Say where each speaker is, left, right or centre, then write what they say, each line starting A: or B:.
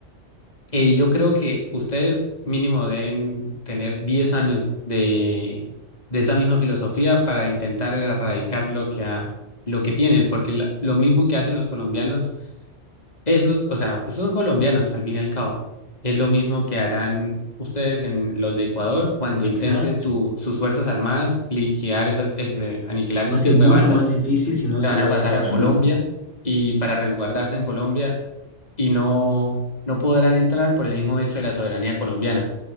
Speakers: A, on the left; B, on the left.
A: eh, yo creo que ustedes mínimo deben tener 10 años de, de esa misma filosofía para intentar erradicar lo que, ha- lo que tienen, porque la- lo mismo que hacen los colombianos, esos, o sea, pues son colombianos al fin y al cabo, es lo mismo que harán ustedes en los de Ecuador cuando
B: Exacto.
A: intenten su- sus fuerzas armadas liquidar esa- ese, aniquilar ese
B: Va a
A: tipo
B: ser mucho
A: de bandas
B: más difícil si no
A: se
B: se
A: van
B: lo
A: a
B: hace
A: pasar
B: ahora
A: a Colombia
B: mismo.
A: y para resguardarse en Colombia y no, no podrán entrar por el mismo hecho de la soberanía colombiana.